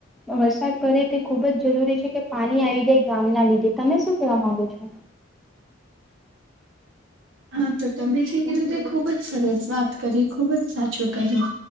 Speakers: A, in the centre; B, on the right.
A: વરસાદ પડે તે ખુબ જ જરૂરી છે કે. પાણી આવી જાય ગામ ના લીધે. તમે શું કેવા માંગો છો?
B: હા! તો તમે છે કે કીધુ તે ખુબ જ સરસ વાત કરી. ખુબ જ સાચું કહ્યું.